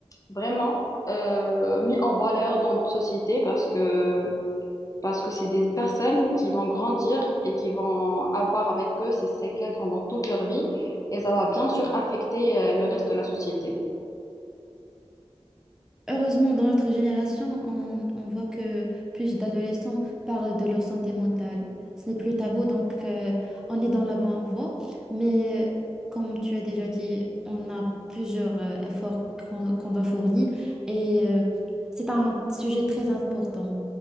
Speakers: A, on the left; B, in the centre.
A: vraiment euh, mis en valeur dans notre société parce que parce que c'est des personnes qui vont grandir et qui vont avoir avec eux ces séquelles pendant toute leur vie et ça va bien sûr affecter euh, le reste de la société.
B: Heureusement, dans notre génération, on, on voit que plus d'adolescents parlent de leur santé mentale. Ce n'est plus tabou, donc euh, on est dans la bonne voie. Mais euh, comme tu as déjà dit, on a plusieurs euh, efforts qu'on qu'on doit fournir et euh, c'est un sujet très important.